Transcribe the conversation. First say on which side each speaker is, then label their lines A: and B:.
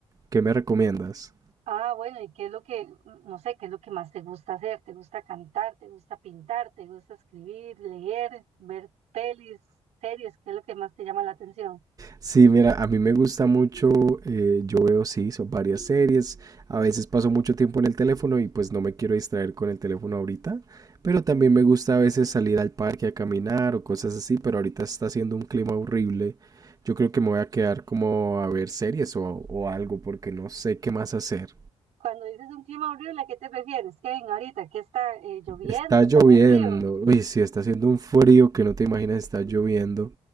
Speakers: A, on the right (about 35°); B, on the right (about 90°).
A: ¿Qué me recomiendas?
B: Ah, bueno, ¿y qué es lo que, no sé, qué es lo que más te gusta hacer? ¿Te gusta cantar? ¿Te gusta pintar? ¿Te gusta escribir, leer, ver pelis, series? ¿Qué es lo que más te llama la atención?
A: Sí, mira, a mí me gusta mucho, eh, yo veo, sí, son varias series, a veces paso mucho tiempo en el teléfono y pues no me quiero distraer con el teléfono ahorita, pero también me gusta a veces salir al parque a caminar o cosas así, pero ahorita está haciendo un clima horrible, yo creo que me voy a quedar como a ver series o, o algo porque no sé qué más hacer.
B: Cuando dices un clima horrible, ¿a qué te refieres, Kevin? Ahorita, ¿qué está eh, lloviendo?
A: Está lloviendo,
B: ¿Está muy frío?
A: uy, sí, está haciendo un frío que no te imaginas, está lloviendo